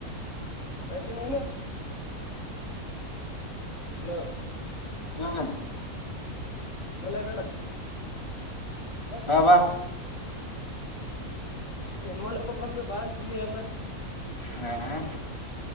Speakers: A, on the left (about 60°); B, on the left (about 20°).
A: <unintelligible> ರಿ ಮನೆ ಹಲೋ
B: ಹ್ಮ್
A: ಬರಲ್ಲ ಬೇಡ
B: ಹಾಬಾ
A: ಹೆಣ್ಮಳಪ್ಪ ಬಂದು ಬಾ ತಿನ್ನಿ ಎಲ್ಲಾ
B: ಹ